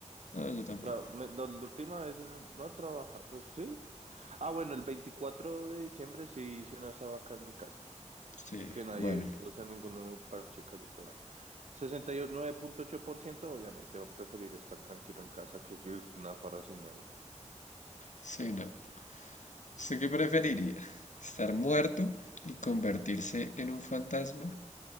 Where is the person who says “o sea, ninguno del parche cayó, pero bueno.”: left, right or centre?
Right